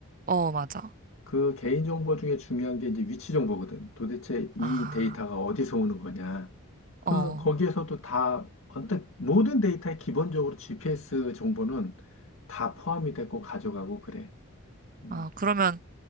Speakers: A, on the right; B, on the left.
A: 어, 맞아.
B: 그 개인정보 중에 중요한 게 이제 위치 정보거든. 도대체 이
A: 아.
B: 데이터가 어디서 오는 거냐. 그,
A: 어.
B: 거기에서도 다, 어떤, 모든 데이터에 기본적으로 GPS 정보는 다 포함이 되고 가져가고 그래. 음.
A: 아, 그러면